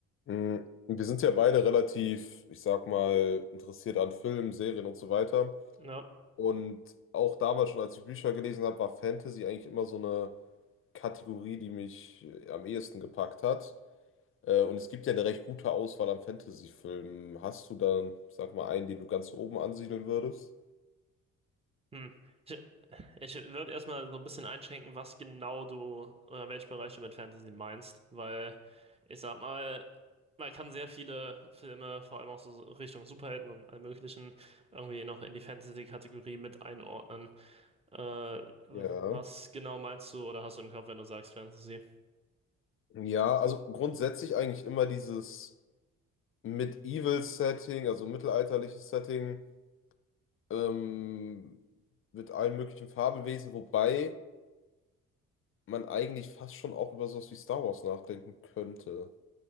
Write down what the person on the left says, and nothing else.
Mm, Wir sind ja beide relativ, ich sag mal, interessiert an Filmen, Serien und so weiter.
Und auch damals schon, als ich Bücher gelesen habe, war Fantasy eigentlich immer so eine Kategorie, die mich äh, am ehesten gepackt hat. Äh, Und es gibt ja eine recht gute Auswahl an Fantasy-Filmen. Hast du dann, sag mal, einen, den du ganz oben ansiedeln würdest?
Ja.
Ja, also grundsätzlich eigentlich immer dieses Medieval-Setting, also mittelalterliches Setting. ähm, mit allen möglichen Fabelwesen, wobei man eigentlich fast schon auch über sowas wie Star Wars nachdenken könnte.